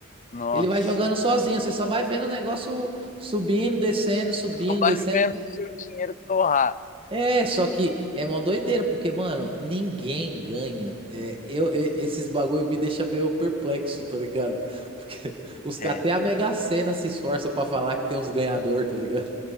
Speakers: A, on the left; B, on the right.
A: Nossa,
B: Ele vai jogando sozinho, você só vai vendo o negócio subindo, descendo, subindo,
A: <laughs> só vai
B: descendo.
A: vendo seu dinheiro torrar.
B: É, só que é uma doideira, porque, mano, ninguém ganha. É, eu, e- esses bagulho me deixa meio perplexo, tá ligado? <laughs> Porque os,
A: É.
B: até a Mega Sena se esforça pra falar que tem uns ganhador, tá ligado?